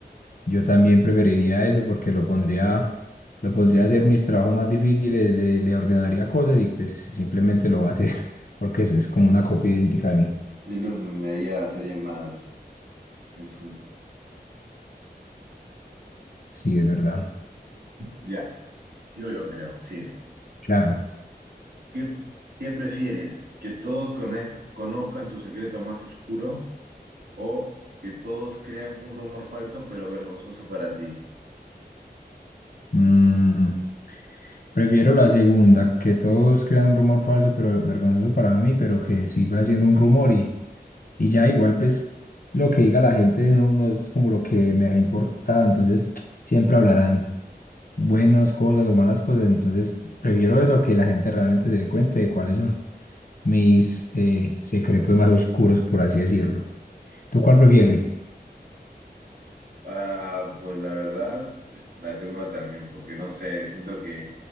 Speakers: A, on the left (about 55°); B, on the right (about 65°).
A: Yo también preferiría eso porque lo pondría, lo pondría a hacer mis trabajos más difíciles, le, le ordenaría cosas y pues simplemente lo va a hacer <laughs> porque es, es como una copia idéntica de mí.
B: Yo le ordenaría, sería más en su.
A: Sí, es verdad.
B: Ya, sí o yo creo, sí.
A: Claro.
B: ¿Qué, qué prefieres? ¿Que todos conez- conozcan tu secreto más oscuro O que todos crean un rumor falso pero vergonzoso para ti.
A: Mm, prefiero la segunda, que todos crean un rumor falso, pero vergonzoso para mí, pero que siga siendo un rumor y, y ya igual pues lo que diga la gente no, no es como lo que me ha importado, entonces <tsk> siempre hablarán. buenas cosas o malas cosas. Entonces, prefiero eso a que la gente realmente se dé cuenta de cuáles son mis eh, secretos más oscuros, por así decirlo. ¿Tú cuál prefieres?
B: Ah, pues la verdad, la segunda también, porque no sé, siento que,